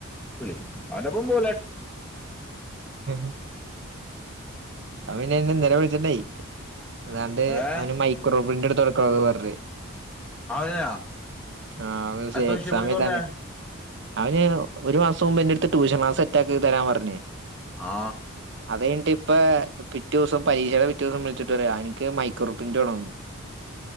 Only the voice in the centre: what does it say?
<unintelligible> പോലെ
ഏ
അതയെ
എത്ര വിഷ്യ
പോയിന്ന്
പറഞ്ഞെ
ആ